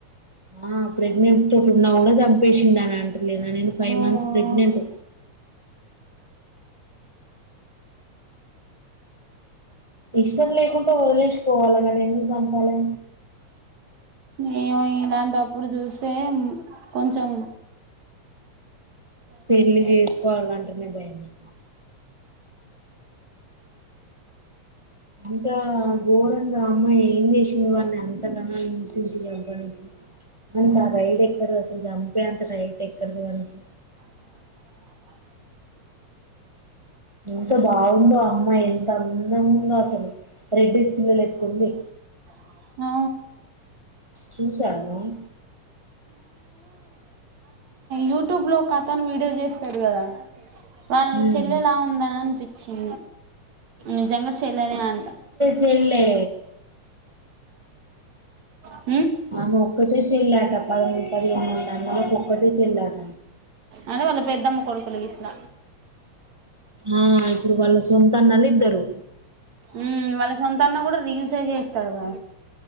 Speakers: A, on the right; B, on the right.
A: ఆ ప్రెగ్నెంట్ తోటున్నా గూడా జంపేషిండనంట్ లేదా నేను ఫై
B: ఓ
A: మంత్స్ ప్రెగ్నెంట్ ఇష్టం లేకుంటె వదిలేష్పోవాలె గనేందుకు జంపాలే
B: ఏవో ఇలాంటప్పుడు జూస్తే మ్ కొంచం
A: పెళ్లి జేసుకోవాల్నంటనే భయమేస్తా అంతా ఘోరంగామ్మాయి ఏం జేసింది వాన్నంత గనం హింసించి జంపడానికి అంత రైట్ ఎక్కడదసలు జంపే అంత రైట్ ఎక్కడది వాళ్ళకి
B: <inaudible>
A: ఎంత బావుందో అమ్మాయి ఎంతందంగుందో అసలు రెడ్డీస్పిల్ల లెక్కుంది
B: <inaudible>
A: చూశావా నువ్వు
B: యూటూబ్ లో కథను వీడియో జేస్తరు గదా వాళ్ళ
A: నువ్వు
B: చెల్లెలా ఉందని అనిచె నిజంగ చెల్లేనే అంట
A: చెల్లే
B: హూ
A: ఆమె ఒక్కతే చెల్లట పది మూడు పదియేను మందన్నలకు ఒక్కతే చెల్లట
B: అదే వాళ్ళ పెద్దమ్మ కొడుకులు గిట్ల
A: ఆ ఇప్పుడు వళ్ళ సొంతన్నలిద్దరు
B: ఊమ్ వాళ్ళ సొంతాన్న గూడ రీల్సే జేస్తడు గా